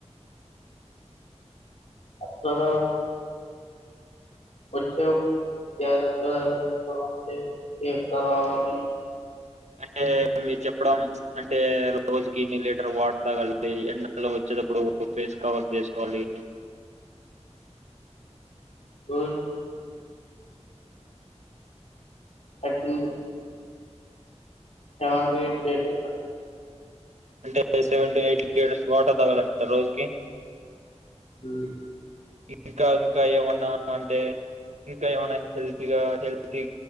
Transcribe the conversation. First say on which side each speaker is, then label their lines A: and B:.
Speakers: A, on the left; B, on the right.
A: తర వచ్చ జదత దవత రావాలని <unintelligible>
B: అంటే మీరు చెప్పడం అంటే రోజుకి ఇన్ని లీటర్ వాటర్ తాగలిడి ఎండలో వచ్చి ప్పుడు ఫేస్ కవర్ చేసుకోవాలి
A: అ థర్టీన్ సెవెన్ టు ఎయిట్
B: అంటే seven to eight litres water తగలంటారు రోజుకి
A: ఊ
B: ఇంకా ఇంకా ఏమన్నా అంటే ఇంకా ఏమనా హెల్తీగా హెల్తీ